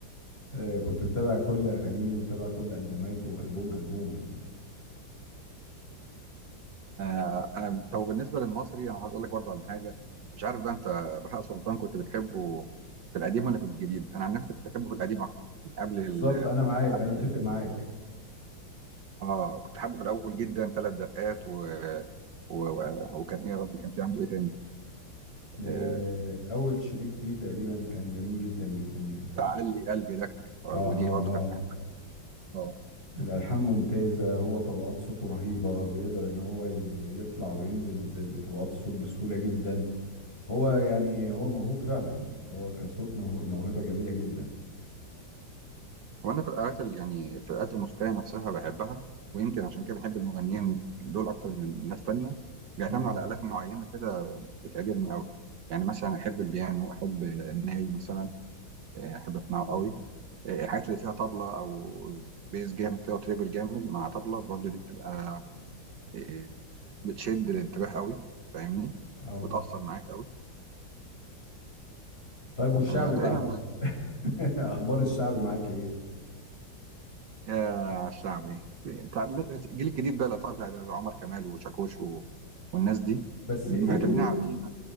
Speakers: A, on the left (about 30°); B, on the right (about 65°).
A: آه كنت متابع كل أغانيه ومتابع كل ألبوماته ألبوم ألبوم يعني
B: آه انا طب بالنسبه للمصري انا عاوز اقول لك برضو على حاجه مش عارف بقى انت بهاء سلطان كنت بتحبه في القديم ولا في الجديد انا عن نفسي كنت احبه في القديم اكتر قبل ال
A: بالظبط أنا معاك
B: قبل
A: أنا أتفق
B: ما يجي-
A: معاك
B: اه كنت حابه في الاول جدا ثلاث دقات و... و... و... وكان ايه يا ربي كان في عنده ايه تاني
A: آه
B: آه
A: أول شريط ليه تقريبا كان جميل جدا جدا جدا
B: تعلي قلبي لك آه
A: اه
B: ودي
A: اه
B: برضو
A: اه
B: كانت بحبها اه
A: الألحان ممتازة هو طبقات صوته رهيبة بيقدر إن هو ي- يطلع وينزل ب- بطبقات الصوت بسهولة جدا هو يعني هو موهوب فعلا يعني هو كصوت موه- موهبة جميلة جدا
B: وانا في الآلات ال... يعني في الآلات الموسيقيه نفسها بحبها ويمكن عشان كده بحب المغنيين دول اكتر من ناس تانية بيعتمدوا
A: مم.
B: على آلات معينه كده بتعجبني قوي يعني مثلا احب البيانو احب الناي مثلا آه، احب اسمعه قوي الحاجات اللي فيها طبلة او بيز جامد كده وتريبل جامد مع طبلة برضو دي بتبقى آه، بتشد الانتباه قوي فاهمني
A: اه
B: وتأثر معاك قوي
A: طيب والشعبي
B: انا تقريبا
A: بقى
B: مع-
A: <laughs> أخبار الشعبي معاك إيه؟
B: يا شعبي تع- الجيل الجديد بقى اللي طالع ده عمر كمال وشاكوش و... والناس دي
A: بس
B: معتمدين
A: قدروا
B: على تيمة